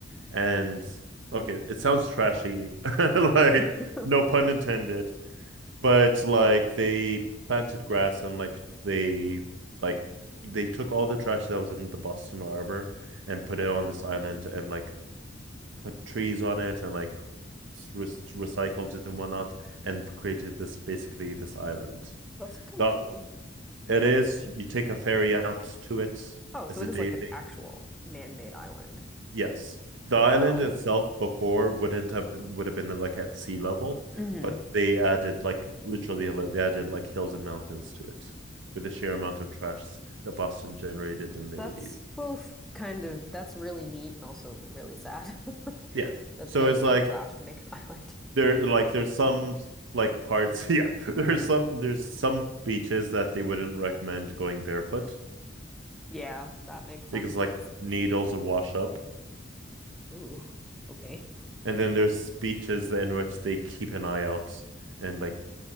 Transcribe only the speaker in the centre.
<laughs>
That's kind
of cool.
Oh,
so it
is like
an actual man-made island.
Wow.
hmm
That's
both kind of that's really neat and also really sad
<laughs> that
there's
enough
trash to make an <laughs> island.
Yeah, that makes sense.
Ooh, okay.